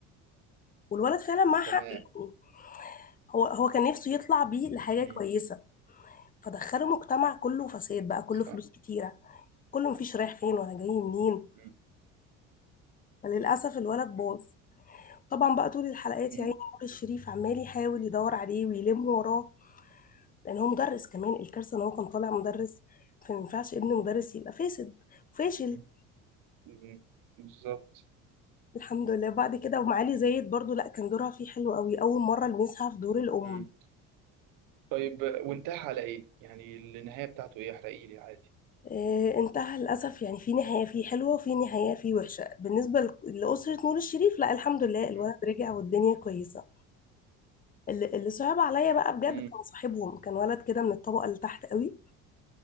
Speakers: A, on the left; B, on the right.
A: والولد فعلا معاه حق
B: تمام
A: يعني هو هو كان نفسه يطلع بيه لحاجة
B: مم.
A: كويسة فدخله مجتمع كله فساد بقى كله
B: صح
A: فلوس كتيرة كله مفيش رايح فين ولا جاي منين
B: مم.
A: فللأسف الولد باظ
B: مم.
A: طبعا بقى طول الحلقات
B: مم.
A: يعني نور الشريف عمال يحاول يدور عليه ويلم وراه لان هو مدرس كمان الكارثه ان هو كان طالع مدرس فما ينفعش ابن مدرس يبقى فاسد فاشل
B: مم. مم. بالظبط
A: الحمد لله بعد كده ومعالي زايد برضو لا كان دورها فيه حلو قوي اول مره لمسها في دور الام
B: مم. طيب وانتهى على ايه يعني النهايه بتاعته ايه احرقي لي عادي
A: آه انتهى للاسف يعني في نهايه فيه حلوه وفي نهايه فيه وحشه بالنسبه ل- لاسره نور الشريف لا الحمد لله الولد
B: مم.
A: رجع والدنيا كويسه اللي اللي صعب عليا بقى بجد
B: مم.
A: كان صاحبهم كان ولد كده من الطبقه اللي تحت قوي